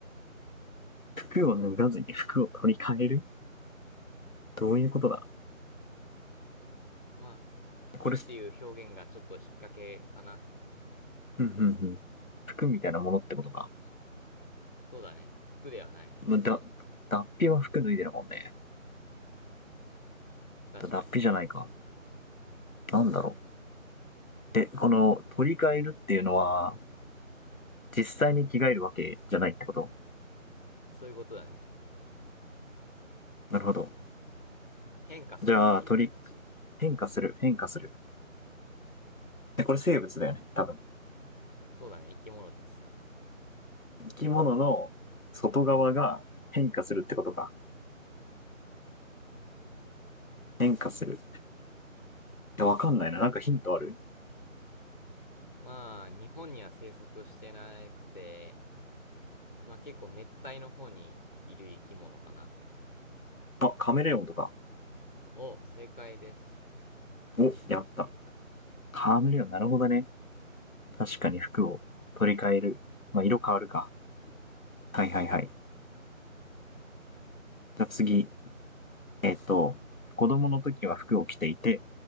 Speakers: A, on the left; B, on the left.
A: 服を脱がずに服を取り替えるどういうことだ
B: まあ、服っていう表現がちょっと引っ掛けかな。
A: これ、うんうんうん。服みたいなものってことか。
B: そうだね。服ではないね。
A: まだ、脱皮は服脱いでるもんね。
B: 確かに。
A: だ脱皮じゃないか。なんだろう。え、この、取り替えるっていうのは、実際に着替えるわけじゃないってこと
B: そういうことだね。
A: なるほど。
B: まあ、変化するっていう感じ。
A: じゃあ、取り、変化する、変化する。えこれ生物だよね、多分。
B: そうだね。生き物ですね。
A: 生き物の外側が変化するってことか。変化する。いや、わかんないな。なんかヒントある
B: まあ、日本には生息してなくて、まあ結構熱帯の方にいる生き物かな。
A: あ、カメレオンとか。
B: お、正解です。
A: お、やった。カメレオン、なるほどね。確かに服を取り替える。まあ、色変わるか。はいはいはい。じゃあ次、えっ、と、子供の時は服を着ていて、